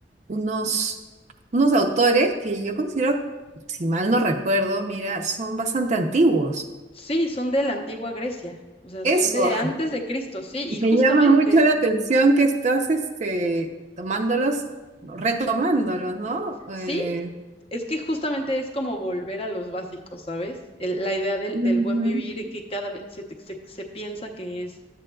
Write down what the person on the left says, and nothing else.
sí, son de la antigua Grecia, o sea,
son de antes de Cristo, sí, y
justamente,
sí, Es que justamente es como volver a los básicos, ¿sabes? El- la idea del,
del buen vivir que cada vez se, te- se- se piensa que es